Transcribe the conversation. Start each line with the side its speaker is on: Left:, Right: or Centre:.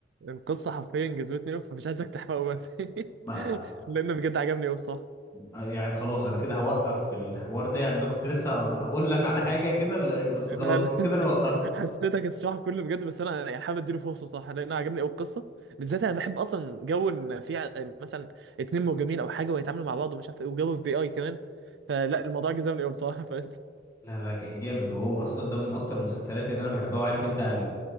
Right: القصه حرفيا جذبتني قوي فمش عايزك تحرقه بقى <laughs>
Left: ما
Right: لانه بجد عجبني قوي بصراحه
Left: يعني خلاص انا كده هوقف في الحوار ده يعني انا كنت لسه هقول لك على حاجة كده ل- بس
Right: انا
Left: خلاص
Right: أنا
Left: كده كده انا وقفت
Right: <laughs> حسيتك هتشرح كله بجد بس انا يعني حابب اديله فرصه صح لان أنا عجبني قوي القصه بالذات انا بحب اصلا جو ان في ع- مثلا اتنين مهاجمين او حاجه ويتعاملوا مع بعض ومش عارف ايه وجو في بي اي كمان فلا الموضوع جذبني قوي بصراحه <laughs> فلسه
Left: لا لا ك- جامد وهو اصلا ده من اكتر المسلسلات اللي انا بحبها وعارف انت ال-